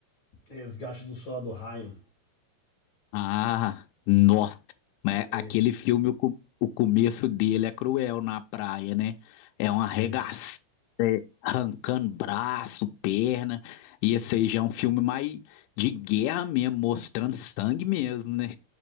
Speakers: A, on the left; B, on the left.
A: Resgate do Soldado Ryan.
B: Ah, nossa. Mas
A: Esse,
B: aquele filme, o, co- o começo dele é cruel na praia, né? É uma arregaçada,
A: vixe.
B: é, arrancando braço, perna. E esse aí já é um filme mais de guerra mesmo, mostrando sangue mesmo, né?